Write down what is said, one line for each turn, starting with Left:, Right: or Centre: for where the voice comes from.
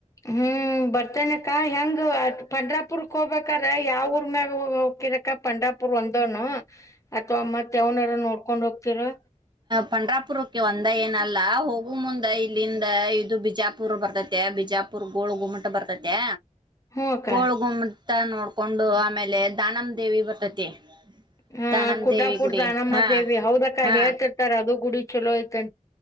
Left: ಹ್ಮ್ ಬರ್ತೇನೆಕ್ಕ ಹೆಂಗ ಪಂಡ್ರಾಪುರ್ಕ್ ಹೋಗ್ಬೇಕಾದ್ರ ಯಾವ ಊರ್ ಮ್ಯಾಗ ಹೋಗಕಿರಕ ಪಂಡ್ರಾಪುರ್ ಒಂದನು ಅಥವಾ ಮತ್ ಯವನಾರ ನೋಡ್ಕೊಂಡ್ ಹೋಗ್ತಿರೋ.
Right: ಪಂಡ್ರಾಪುರಕ್ಕೆ ಒಂದ ಏನಲ್ಲ. ಅಲ್ಲ ಹೋಗುವ ಮುಂದ ಇಲ್ಲಿಂದ ಇದು ಬಿಜಾಪುರ್ ಬರ್ತತೆ ಬಿಜಾಪುರ್ ಗೋಳ ಗುಮಟ ಬರ್ತತೆ.
Left: ಹ್ಞೂ ಅಕ್ಕ
Right: ಗೊಲ್ಗುಮ್ಮ್ ತ್ತ ನೋಡ್ಕೊಂಡು ಆಮೇಲೆ ದಾನಮ್ ದೇವಿ ಬರ್ತತಿ.
Left: ಹ
Right: ದಾನಮ್
Left: ಗುಡ್ಡಾಪುರ
Right: ದೇವಿ ಗುಡಿ
Left: ದಾನಮ್ಮ
Right: ಹಾ
Left: ದೇವಿ ಹೌದಕ್ಕ
Right: ಹಾ
Left: ಹೇಳ್ತಿ ರ್ ಅದು ಗುಡಿ ಚಲೋಯಐತೆ